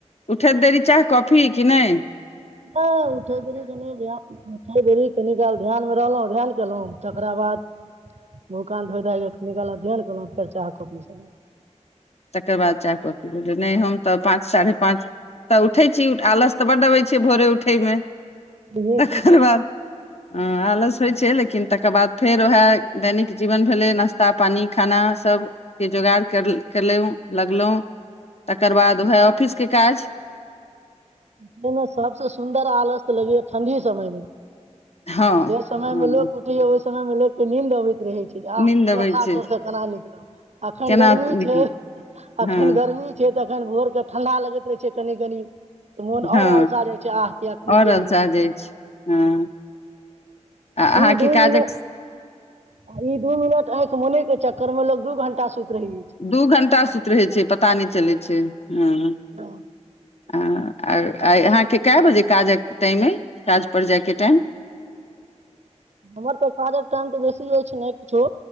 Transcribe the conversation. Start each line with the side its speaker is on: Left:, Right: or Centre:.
Left: उठैत देरी चाय, कॉफी कि नै।
Right: नै उठै देरी के नै ध्यान, उठे देरी कनि काल ध्यान मे रहलौ, ध्यान केलौ। तकरा बाद मुंह कान धोए धाए के कनि काल अध्ययन केलौ फेर चाह, कॉपी सब
Left: तकर बाद चाह-कॉफी भेलै। नहि हम तऽ पाँच साढ़े पाँच तऽ उठै छी। आलस तऽ बड्डबै छियै भोरे उठैमे।
Right: मे
Left: तकर बाद हँ आलस होइ छै। लेकिन तकर बाद फेर उएह दैनिक जीवन भेलै नाश्ता पानि खाना सभ के जोगाड़ करल कर लऊं लगलौं, तकर बाद उहाए ऑफिस के काज
Right: उठे मे सबसे सुन्दर आलस लगै ए ठण्डी समय मे।
Left: हँ
Right: जे समय
Left: हँ
Right: मे लोक उठे या ओय समय मे लोक के नींद आबै रहै छै, <unintelligible>
Left: नींद अबै
Right: ओड़ना
Left: छै
Right: तोर से कना निकलब, अखन
Left: केना
Right: गर्मी
Left: निकल
Right: छै, अखन
Left: हँ
Right: गर्मी छै तऽ अखन भोर के ठंडा लगैत रहे छै कनि-कनि। त मुन और
Left: हँ
Right: अलसा जाय छै, आह किया कनिक
Left: औरल स जाइ छै हँ
Right: <unintelligible>
Left: आ अहाँके
Right: ई दू
Left: काजक
Right: मिनट, अ ई दू मिनट एंख मुनै के चक्कर मे लोग दू घंटा सुति रहै अछि
Left: दु घंटा सुत रहै छै, पता नै चलै छै। हाँ।
Right: हँ
Left: आ अ आय अहाँ के काय बजे काजक टाएम ए, काज पर जाय के टाएम।
Right: हमर तऽ काजक टाइम ते बेसी एछ नै किछो।